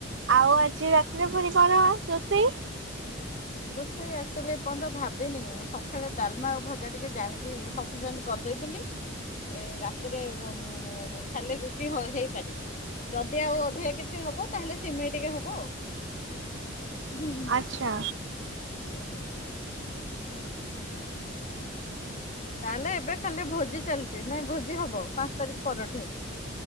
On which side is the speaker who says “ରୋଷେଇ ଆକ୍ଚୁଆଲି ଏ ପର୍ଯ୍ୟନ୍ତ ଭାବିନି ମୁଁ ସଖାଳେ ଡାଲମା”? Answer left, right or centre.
Left